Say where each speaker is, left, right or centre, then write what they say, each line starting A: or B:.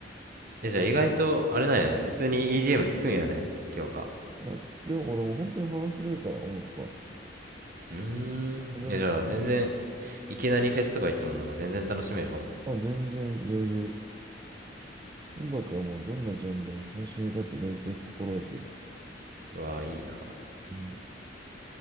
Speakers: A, on the right (about 50°); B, on the right (about 25°).
A: え、じゃあ意外と、あれなんやね。普通に EDM 聞くんやね、今日か。
B: あ聞くよ、俺もう本当に幅広いから、音楽は。こ
A: うーん。
B: れでも聞く
A: え、じゃあ全然、いきなりフェスとか行ってももう全然楽しめるかもね。
B: まあ、全然余裕。音楽はもうどんなジャンルも楽しみ方大体心得てる。
A: うわあ、いいな。
B: うん、